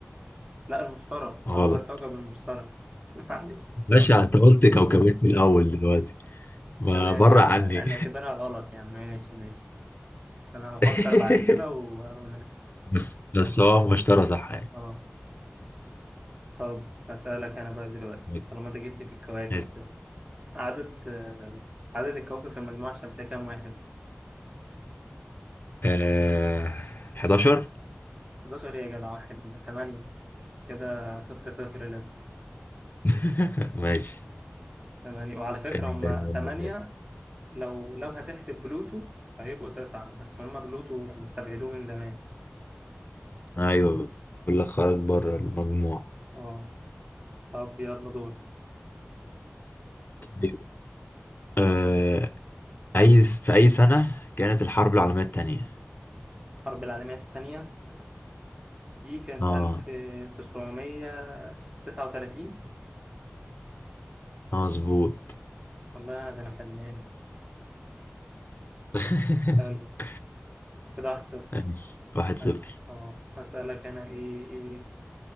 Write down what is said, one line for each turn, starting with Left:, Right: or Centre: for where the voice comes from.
Right: لا المشتري أكبر
Left: غلط
Right: كوكب المشتري <laughs> معلش
Left: باشا انت قلت كوكبين في الاول دلوقتي ما
Right: تمام
Left: برع
Right: يا عم
Left: عني
Right: أنا اعتبرها غلط يا عم ماشي ماشي أنا هفكر
Left: <laughs>
Right: بعد كده و... ونرجع
Left: بس بس هو المشترى صح يعني.
Right: أه طب هسألك أنا بقى دلوقتي
Left: ماشي
Right: طالما أنت جيت لي في الكواكب
Left: <laughs>
Right: كده عدد آه عدد الكواكب في المجموعة الشمسية كام واحد؟
Left: آه... 11
Right: 11 إيه يا جدع واحد 8 كده صفر صفر لسه
Left: <laughs> ماشي
Right: تمانية وعلى فكرة
Left: آه...
Right: هما تمانية لو لو هتحسب بلوتو فهيبقوا تسعة يعني، بس هما بلوتو يعني استبعدوه من زمان
Left: ايوه بقول لك خرج بره المجموع
Right: اه طب يلا دور
Left: طيب، آه... اي في اي سنة كانت الحرب العالمية التانية
Right: الحرب العالمية التانية دي كانت
Left: اه
Right: ألف تسعمية تسعة وتلاتين
Left: آه، مظبوط
Right: والله ده أنا فنان
Left: <laughs>
Right: حلو كده واحد صفر
Left: ماشي. واحد صفر
Right: بس اه أسألك أنا إيه إيه